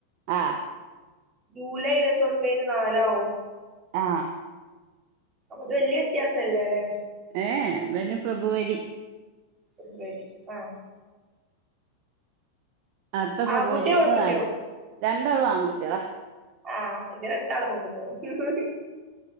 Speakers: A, on the right; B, on the right.
A: ആ
B: ജൂലൈ ഇരുപത്തൊമ്പിന് നാലാവും
A: ആ
B: അപ്പൊ അത് വലിയ വ്യത്യാസം ഇല്ല ല്ലെ
A: ഏഏ പിന്നെ ഫെബ്രുവരി
B: ഫെബ്രുവരി ആ
A: അടുത്ത ഫെബ്രുവരിക്ക്
B: ആൺകുട്ടിയോ പെൺകുട്ടിയോ
A: നാല് രണ്ടാളും ആൺകുട്ടിയാളാ
B: ആ എന്റെ രണ്ടാള് പെൺകുട്ടികളാ